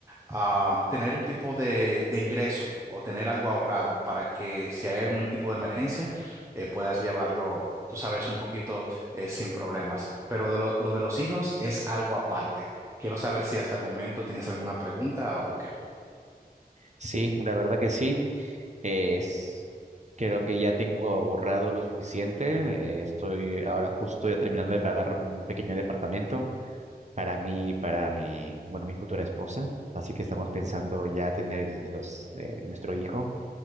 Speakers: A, on the right (about 15°); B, on the right (about 45°).
A: ah, tener un tipo de, de ingreso o tener algo ahorrado para que si hay algún tipo de emergencia eh, puedas llevarlo, tú sabes, un poquito eh, sin problemas. Pero de lo, lo de los hijos es algo aparte. Quiero saber si hasta el momento tienes alguna pregunta o qué.
B: Sí, la verdad que sí. Es, creo que ya tengo ahorrado lo suficiente. eh, estoy ahora justo ya terminando de pagar un pequeño departamento. para mí y para mi, bueno, mi futura esposa. Así que estamos pensando ya tener los, eh, nuestro hijo,